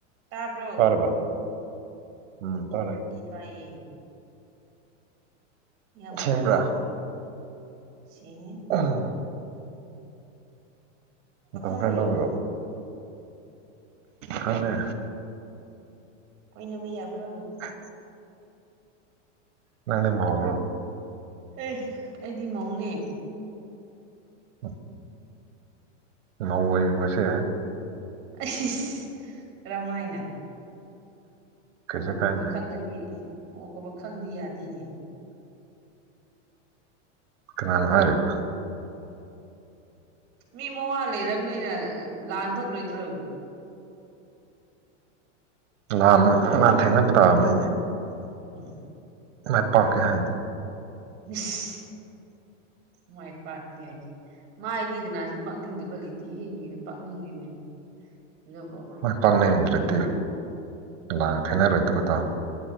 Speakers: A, on the right; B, on the right.
A: ꯇꯥꯕ꯭ꯔꯣ
B: ꯇꯔꯕ ꯎꯝ ꯇꯔꯦ
A: ꯇꯤ ꯇꯥꯏꯌꯦ ꯌꯥꯝ
B: ꯁꯦꯡꯕ꯭ꯔꯥ
A: ꯀꯨꯏꯌꯦꯅꯦ ꯁꯦꯡꯉꯦ
B: ꯎꯝ ꯃꯇꯝ
A: ꯄꯥꯈꯪꯔꯣ
B: ꯈꯔ ꯂꯧꯔꯨꯕꯣ ꯈꯪꯉꯦ
A: ꯀꯣꯏꯅꯕꯌꯥꯕ꯭ꯔ‌ꯣ
B: ꯑ ꯅꯪꯅ ꯃ꯭ꯧꯔꯣ
A: ꯑꯦ ꯑꯩꯗꯤ ꯃꯧꯅꯦ
B: ꯎꯝ ꯅꯧꯋ‍ꯦ ꯄ‍ꯣꯠꯁ‍ꯦ ꯌꯥꯏ
A: ꯑꯁꯤ ꯑꯩꯁ ꯀꯔꯝ ꯍꯥꯏꯅ
B: ꯀꯩꯁꯨ
A: ꯃꯧꯒ
B: ꯀꯥꯏꯗꯦ
A: ꯄꯥꯈꯪꯒꯗꯤ ꯃꯧꯒ ꯄꯥꯈꯪꯗꯤ ꯌꯥꯗꯦꯅꯦ
B: ꯀꯥꯅꯅ ꯍꯥꯏꯔꯤꯕ
A: ꯃꯤ ꯃꯋꯥ ꯂꯩꯔꯕꯅꯤꯅ ꯂꯥꯟ ꯊꯣꯛꯂꯣꯏꯗ꯭ꯔꯣ
B: ꯂꯟ ꯂꯥꯟ ꯊꯦꯡꯅꯕ ꯇꯥꯕꯅꯤꯅꯦ
A: <unintelligible> ꯎꯝ
B: ꯃꯥꯏ ꯄꯥꯀꯦ ꯍꯥꯏꯗꯤ
A: ꯎꯁ ꯃꯥꯏ ꯄꯥꯀꯤ ꯍꯥꯏꯗꯤ ꯃꯥꯏꯗꯤ ꯀꯅꯥꯁꯨ ꯄꯥꯛꯅꯤꯡꯗꯕ ꯂꯩꯇꯦ ꯍꯦ ꯂꯣꯏꯅ ꯄꯥꯛꯅꯤꯡꯉꯤꯅꯤꯅꯦ ꯑꯗꯨꯕꯨ
B: ꯃꯥꯏ ꯄꯥꯛꯅꯤꯡꯗ꯭ꯔꯗꯤ
A: ꯃꯤꯅ
B: ꯂꯥꯜ ꯊꯦꯅꯔꯣꯏꯗꯕ ꯇꯥꯕ